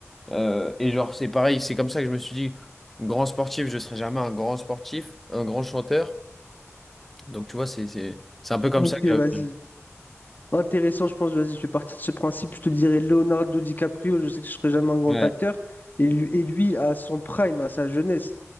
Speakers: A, in the centre; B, on the left (about 35°).
A: euh, et genre, c'est pareil, c'est comme ça que je me suis dit, grand sportif, je serai jamais un grand sportif, un grand chanteur. Donc, tu vois, c'est, c'est, c'est un peu comme
B: Ok,
A: ça que
B: vas-y.
A: j'avais.
B: Intéressant, je pense. Vas-y, je fais partie de ce principe. Je te dirais Leonardo DiCaprio. Je sais que je serai jamais un grand
A: Ouais,
B: acteur. Et lui, et lui, à son prime, à sa jeunesse,